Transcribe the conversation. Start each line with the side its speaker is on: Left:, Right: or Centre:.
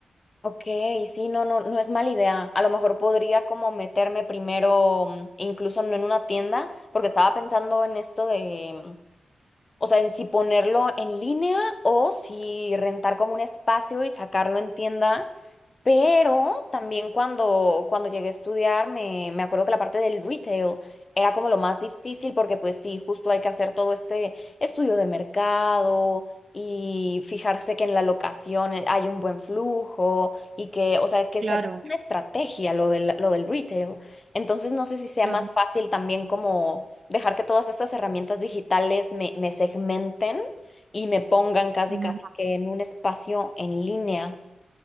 Left: Ok, sí, no, no, no es mala idea. A lo mejor podría como meterme primero, mm, incluso no en una tienda, porque estaba pensando en esto de, mm, o sea, en si ponerlo en línea o si rentar como un espacio y sacarlo en tienda, pero también cuando, cuando llegué a estudiar, me, me acuerdo que la parte del retail era como lo más difícil porque pues sí, justo hay que hacer todo este estudio de mercado y fijarse que en la locación eh, hay un buen flujo y que, o sea, que
Right: Claro,
Left: sea toda una estrategia lo del, lo del retail. Entonces no sé si sea
Right: claro,
Left: más fácil también como dejar que todas estas herramientas digitales me, me segmenten y me pongan casi
Right: ujú,
Left: casi que en un espacio en línea,